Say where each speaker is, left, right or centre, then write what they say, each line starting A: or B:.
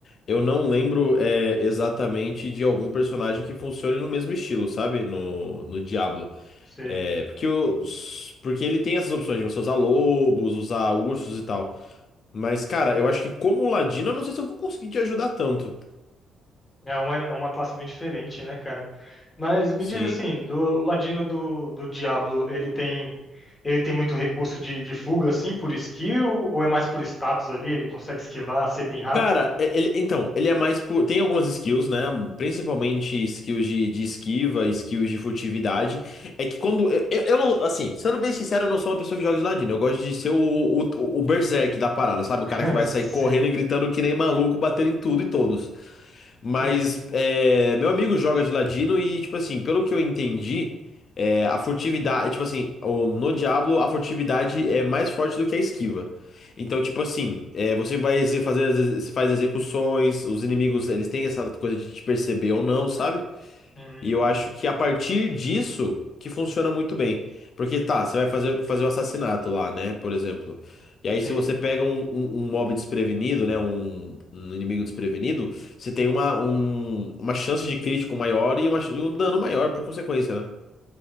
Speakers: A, on the left; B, on the left.
A: eu não lembro é, exatamente de algum personagem que funcione no mesmo estilo, sabe? No, no Diablo.
B: Sei.
A: É, porque, os, porque ele tem essas opções de você usar lobos, usar ursos e tal. Mas, cara, eu acho que como ladino, eu não sei se eu vou conseguir te ajudar tanto.
B: É uma, é uma classe bem diferente, né, cara? Mas me
A: Sim.
B: diz assim, do o ladino do, do Diablo, ele tem ele tem muito recurso de, de fuga, assim, por skill, ou é mais por status ali? Ele consegue esquivar, ser bem rápido?
A: Cara, é- ele- então, ele é mais por. Tem algumas skills, né? Principalmente skills de, de esquiva, skills de furtividade. É que quando. Eu, eu- eu não. Assim, sendo bem sincero, eu não sou uma pessoa que joga de ladino. Eu gosto de ser o, o, o berserk da parada, sabe? O
B: <laughs>
A: cara que vai sair
B: Sim,
A: correndo e gritando que nem maluco, batendo em tudo e todos. Mas
B: sim, sim.
A: é, meu amigo joga de ladino e, tipo assim, pelo que eu entendi, é, a furtividade, tipo assim, o- no Diablo a furtividade é mais forte do que a esquiva. Então, tipo assim, é, você vai exe- fazer, as exe- faz execuções, os inimigos, eles têm essa coisa de te perceber ou não, sabe?
B: Hum,
A: E eu acho que a partir disso que funciona muito bem. Porque tá, você vai fazer, fazer o assassinato lá, né? Por exemplo. E aí,
B: sim,
A: se você pega um, um, um mob desprevenido, né? Um, um inimigo desprevenido, você
B: sim.
A: tem uma, um- uma chance de crítico maior e, uma- e um dano maior por consequência, né?